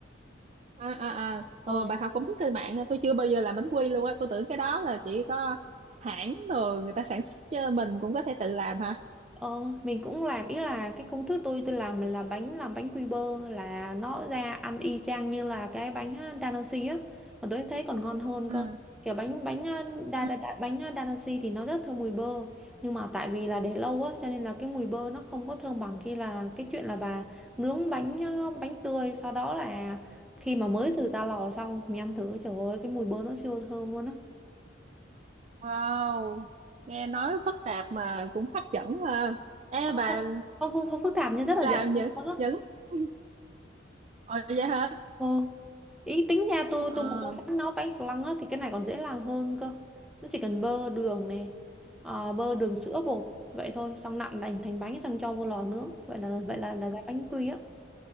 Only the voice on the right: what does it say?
à à ồ
bà học công thức trên mạng hả? tôi chưa bao giờ làm bánh quy luôn á tôi tưởng cái đó là chỉ có hãng rồi người ta sản xuất chứ mình cũng có thể tự làm hả
ừ
ừ
ừ.
wow nghe nói phức tạp mà cũng hấp dẫn ha ê
bà
làm
những
những <laughs> ồ vậy hả
ờ